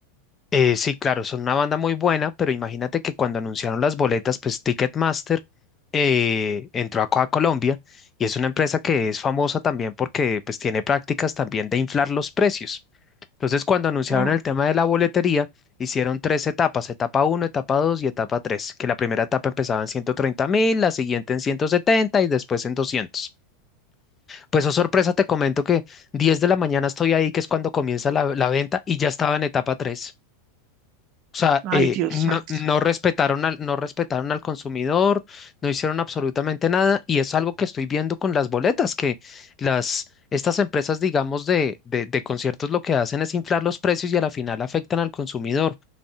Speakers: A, on the left; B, on the right.
A: Eh, sí, claro, son una banda muy buena, pero imagínate que cuando anunciaron las boletas, pues Ticketmaster eh, entró acá a Colombia y es una empresa que es famosa también porque pues tiene prácticas también de inflar los precios. Entonces, cuando anunciaron
B: Mm.
A: el tema de la boletería, hicieron tres etapas, etapa uno, etapa 2 y etapa tres. que la primera etapa empezaba en 130 mil, la siguiente en 170 y después en 200. Pues, oh sorpresa, te comento que 10 de la mañana estoy ahí, que es cuando comienza la, la venta, y ya estaba en etapa 3. O sea,
B: Ay,
A: eh,
B: Dios
A: no,
B: santo.
A: no respetaron al, no respetaron al consumidor, no hicieron absolutamente nada, y es algo que estoy viendo con las boletas, que las, estas empresas, digamos, de, de, de conciertos lo que hacen es inflar los precios y a la final afectan al consumidor.